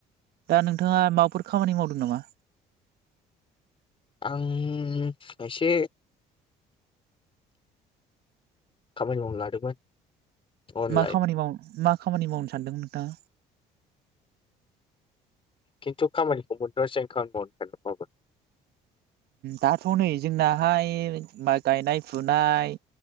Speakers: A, on the right; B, on the left.
A: दा नोंथाङा माबाफोर खामानि मावदों नामा।
B: आं एसे खामानि मावनो लादोंमोन अनलाइन
A: मा खामानि मावनो मा खामानि मावनो सानदों नोंथाङा?
B: खिन्थु खामानिखौ मोनथआासै आं खामानिखौ मावबाबो नागिरबाबो
A: दाथ' नै जोंनाहाय मा गायनाय फुनाय